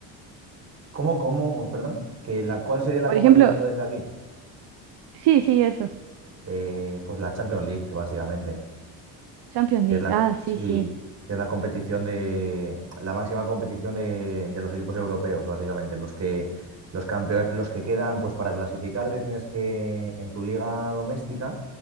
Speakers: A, on the right (about 35°); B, on the right (about 55°).
A: ¿Cómo, cómo? Perdona. ¿Que la, cuál sería la
B: Por
A: Copa
B: ejemplo,
A: Libertadores de aquí?
B: sí, sí, eso.
A: Eh, pues la Champions League, básicamente.
B: Champions
A: que
B: League,
A: es la,
B: ah, sí,
A: sí,
B: sí.
A: que es la competición de, la máxima competición de, de los equipos europeos, básicamente. Los que, los campeones, los que quedan, pues para clasificarte tienes que, en tu liga doméstica,